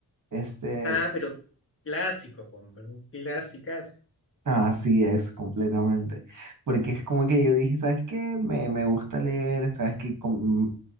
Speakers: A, on the right; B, on the left.
A: este,
B: Ah, pero clásico, hombre, clásicas clasicazo.
A: Así es, completamente. Porque es como que yo dije, ¿sabes qué? Me, me gusta leer, ¿sabes qué? Com-